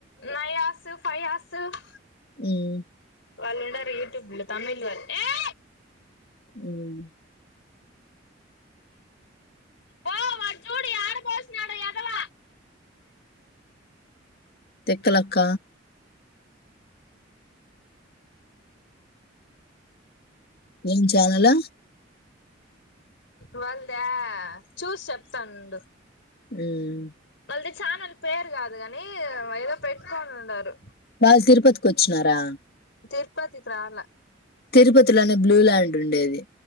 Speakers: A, on the left; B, on the left.
A: నై అసుఫై ఆ స్ సఫ్ <unintelligible>
B: మ్మ్
A: వాళ్ళు ఉండారు యూట్యూబ్ లో తమిళ వళ్ల్ ఏ
B: మ్మ్
A: పో వాడు చూడు యాడ పోసినాడో ఎదవ
B: తెక్కలక్క ఏం జలాల
A: వాల్ద చూసి చెప్తానుండు
B: ఉమ్
A: వాళ్ళది ఛానెల్ పేరు కాదు కాని ఏదో పెట్టుకొని ఉన్నారు.
B: వాళ్ళు తిరుపతికి వచ్చినారా?
A: తిరుపతి ప్రాల
B: తిరుపతిలోనే బ్లూ ల్యాండ్ ఉండేది.